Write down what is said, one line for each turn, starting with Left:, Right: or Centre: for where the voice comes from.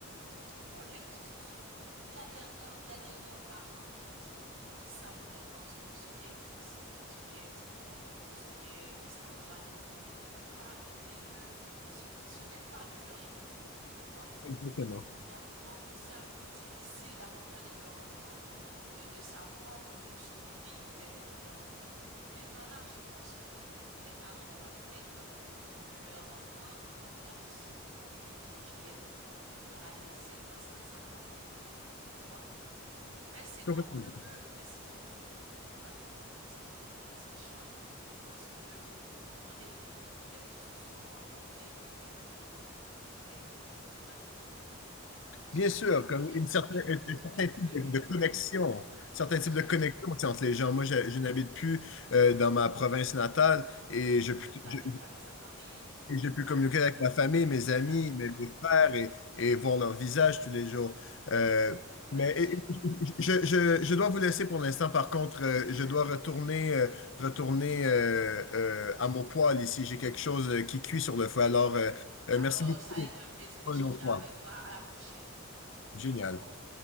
Right: contrôlent les réseaux sociaux. Il y a des rares, il y a des rares parents qui, qui, qui savent vraiment ce, ce qu'est X, ce qu'est TikTok, ce qu'est Instagram. Ils ne peuvent pas, ils, ils ne, ce, n- ce n'est pas de leur époque, tu vois?
Left: Exactement.
Right: Donc, donc, c'est un peu difficile d'accompagner leur enfant, de, de savoir ce que vit le- leur enfant. Maintenant, là, je pense que l- les parents doivent mettre leur enfant en confiance pour, pour qu'ils viennent leur adresser quand, quand ça ne va pas. Tu vois? Mais sinon,
Left: Complètement
Right: on ne
Left: d'accord.
Right: peut, mais sinon, pour, pour conclure avec notre petit, notre petit échange, je pense que, en dépit de tout, les réseaux sociaux ont apporté beaucoup de, beaucoup de bienfaits pour l'humanité. Parce
Left: Bien
Right: que,
Left: sûr, comme
Right: on ne
Left: une
Right: peut,
Left: certaine,
Right: on ne
Left: un,
Right: peut,
Left: un
Right: on
Left: certain
Right: ne peut
Left: type de,
Right: le nier.
Left: de connexion, certains types
Right: Et
Left: de connexion tu sais, entre les gens. Moi, je, je n'habite plus euh, dans ma province natale et
Right: on
Left: je,
Right: communique avec,
Left: je-
Right: avec sa famille.
Left: Et j'ai pu
Right: Ah,
Left: communiquer avec ma famille, mes
Right: exactement.
Left: amis, mes, mes frères et, et voir leur visage tous les jours. Euh,
Right: Ouais,
Left: mais
Right: je suis,
Left: et- et- je, je- je dois vous laisser pour l'instant. Par contre, euh, je dois retourner, euh, retourner euh, euh, à mon poêle ici. J'ai quelque chose euh, qui cuit sur le feu. Alors, euh, euh,
Right: alors,
Left: merci beaucoup.
Right: ça a été un plaisir d'échanger
Left: Pour une autre
Right: avec
Left: fois.
Right: toi. À la prochaine.
Left: Génial.
Right: Au revoir.